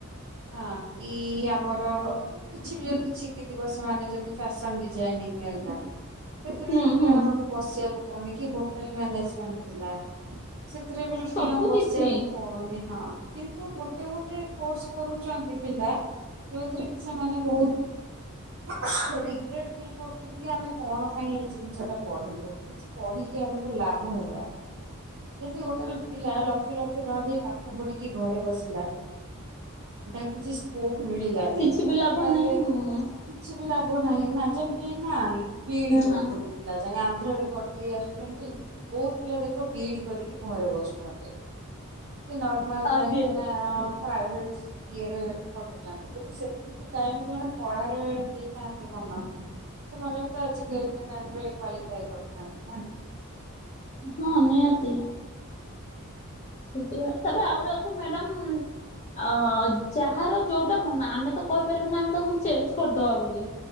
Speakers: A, on the right; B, on the left.
A: ଆଁ କି ଆମର କିଛି ବି ଯଦି ଶିଖିଥିବ ସେମାନେ ଯଦି ଫ୍ୟାସନ ଡିଜାଇନିଂ ହେଲା ସେଥିରେ
B: ହୁଁ
A: ବି ପିଲାମାନଙ୍କୁ
B: ହୁଁ
A: ବସିଆକୁ ପଡନି କି ହୋଟେଲ ମ୍ୟାନେଜମେଣ୍ଟ ହେଲା। ସେଥିରେ ପିଲ୍
B: ସବୁ
A: ପିଲାଙ୍କୁ ବସିବାକୁ
B: କିଛି
A: ପ ଡୁନି ହଁ କିନ୍ତୁ ଗୋଟେ ଗୋଟେ କୋର୍ସ କରୁଚନ୍ତି ପିଲା ଯୋଉଥିରେ କି ସେମାନେ ବୋହୁତ ରିଗ୍ରେଟ୍ ଫିଲ୍ କରୁଚନ୍ତି କି ଆମେ କଣ ପାଇଁ ଏଇ ଜିନିଷଟା ପଢିଲୁ କିଛି ପଢିକି ଆମୁକୁ ଲାଭ ହେଲା ଯଦି ଗୋଟେ ଲ୍ ପିଲା ଲକ୍ଷ ଲକ୍ଷ ଟଙ୍କା ଦେଇ ପାଠ ପଢିକି ଘରେ ବସିଲା ତାକୁ କିଛି ସ୍କୋପ ମିଳିଲାନି
B: କିଛି ବି ଲାଭ
A: ତାହେଲେ
B: ନାହିଁ ହୁଁ
A: କିଛି ବି ଲାଭ ନାହିଁ ନା ଯେମତି ଏଇଖିନା ଆ ବି ଇ ଡି।
B: ନା।
A: ଏ ପିଲା ଯାଇ ଆନ୍ଧ୍ରରେ କରିଦେଇ ଆସୁଚନ୍ତି। ବୋହୁତ ପିଲା ଦେଖ ବି ଇ ଡି କରିକି ଘରେ ବସୁଚନ୍ତି। କିଏ ନର୍ମାଲ
B: ଆଜ୍ଞା
A: ଯାଇଁକିନା ପ୍ରାଇଭେଟ ଇଏରେ ଖଟୁଚନ୍ତି ଯଦି ସେତିକି ଟାଇମି ମାନେ ପଢାରେ ଦେଇଥାଆନ୍ତେ ମନ ସେମାନେ ବି ତ ଆଜିକାଲିକା ଟାଇମରେ କ୍ଵାଲିଫାଇ କରିଥାନ୍ତେ ନା।
B: ଆଜ୍ଞା ନିଆତି। ସେତେବେଳେ ତାପରେ ଆଉ ଗୋଟେ କଥା ମ୍ୟାଡାମ୍ ଆ ଅ ଯାହାର ଯୋଉଟା ମନ ଆମେ ତ କହିପାରିବୁନି ନା ଆମେ ତାକୁ ଚେଞ୍ଜ କରିଦବା ବୋଲି।